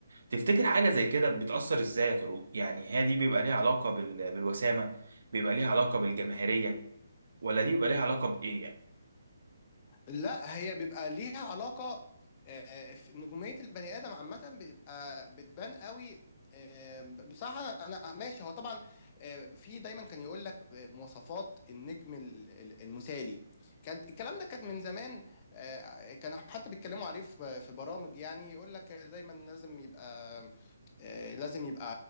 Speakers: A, on the right; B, on the left.
A: تفتكر حاجة زي كده بتأثر إزاي يا طارق يعني هي دي بيبقى ليها علاقة بال... بالوسامة بيبقى ليها علاقة بالجماهيرية ولا دي بيبقى ليها علاقة بإيه يعني
B: لا هي بيبقى ليها علاقة آه، آه، في نجومية البني آدم عامة بتبقى بتبان قوي آه، بصراحة أنا أنا- آه، ماشي هو طبعا آه، في دايما كان يقول لك آه، مواصفات النجم ال- ال- المثالي كان الكلام ده كان من زمان آه، كانوا حتى بيتكلموا عليه في في برامج يعني يقول لك دايما لازم يبقى آه، لازم يبقى